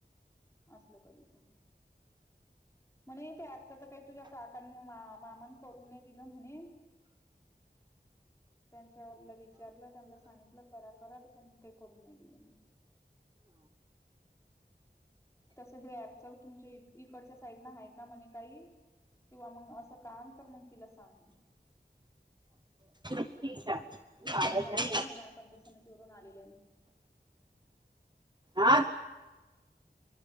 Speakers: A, on the left; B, on the right.
A: असलं कधी तर म्हणे त्या च तर काही तुझ्या काकांनी मा मामाांने करून नाही दिलं म्हणे त्यांच्या वरं ला विचारलं त्यांला सांगितलं करा, करा, ते करून नाही दिल म्हणे तस हे ऍपच तुमच्या इकडच्या साईड न आहे का म्हणे काही किंवा मग असं कान तर मग तिला सांग
B: ठीक आहे
A: <inaudible> म्हटलं
B: आवाज
A: काही
B: नाही
A: नियम
B: येत.
A: आहे, माला पंचायत समितीवरून आलेलं आहे मी
B: <unintelligible> ते